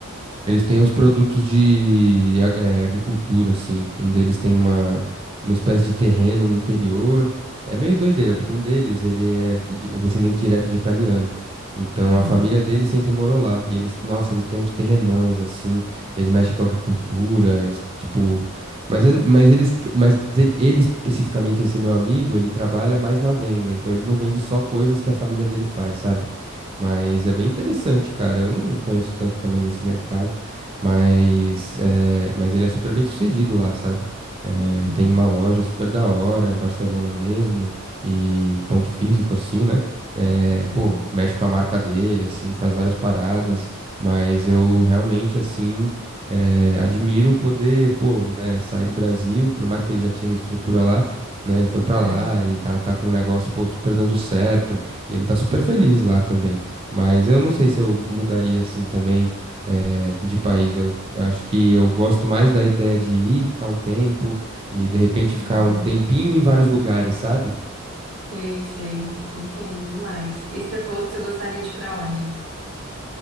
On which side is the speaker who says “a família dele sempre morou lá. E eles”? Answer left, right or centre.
Right